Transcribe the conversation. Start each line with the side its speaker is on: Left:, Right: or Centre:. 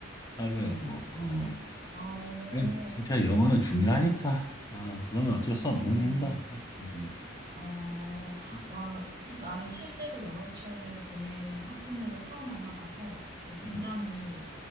Left: 하느라고. 어.
Right: 어,
Left: 그래, 진짜 영어는 중요하니까. 아, 그거는 어쩔 수 없는
Right: 어,
Left: 일인 것 같다. 음,
Right: 어,
Left: 음,
Right: 와, 이- 나는 실제로 영어 유치원을 보낸 학부모를 처음 만나봐서 어, 굉장히
Left: 음,